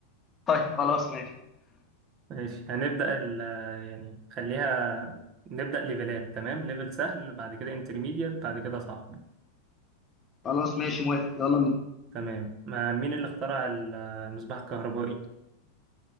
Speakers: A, on the left (about 20°); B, on the right (about 35°).
A: طيب خلاص ماشي
B: ماشي هنبدأ ال يعني خليها نبدأ ليفلات تمام ليفل سهل بعد كده انترميديت بعد كده صعب
A: خلاص ماشي موافق يلا بينا
B: تمام ما مين اللي اخترع ال- المصباح الكهربائي